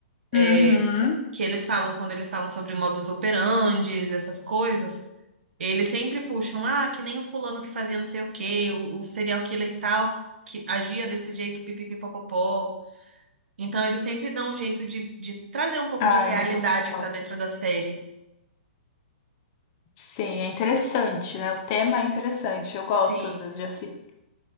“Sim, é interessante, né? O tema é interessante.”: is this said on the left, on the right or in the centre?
Left